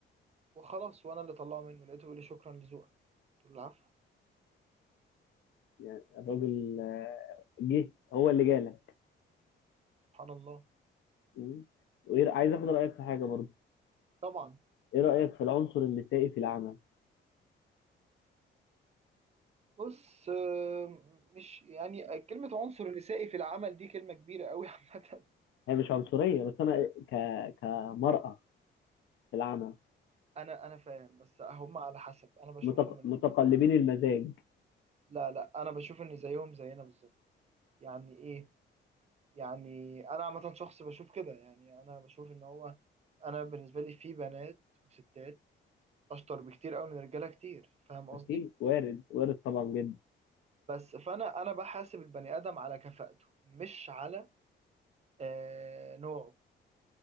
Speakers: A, on the right; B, on the left.
A: وخلاص وانا اللي طلعه منه لقيته بيقول لي شكرا لذوقك قلت له العفو
B: يعني الراجل آه، جه هو اللي جالك
A: سبحان الله
B: مم. وايه عايز اخد رايك في حاجه برضه
A: طبعا
B: ايه رايك في العنصر النسائي في العمل
A: بص آه، مش يعني كلمة عنصر نسائي في العمل دي كلمة كبيرة قوي <laughs> عامة
B: هي مش عنصريه بس انا ك كمراه في العمل
A: انا انا فاهم بس هم على حسب انا بشوفهم
B: متق...
A: ان
B: متقلبين المزاج
A: لا لا انا بشوف ان زيهم زينا بالظبط يعني ايه يعني انا عامة شخص بشوف كده يعني انا بشوف ان هو انا بالنسبة لي في بنات وستات اشطر بكتير قوي من رجالة كتير فاهم قصدي
B: اكيد وارد وارد طبعا جدا
A: بس فانا انا بحاسب البني ادم على كفاءته مش على آه نوعه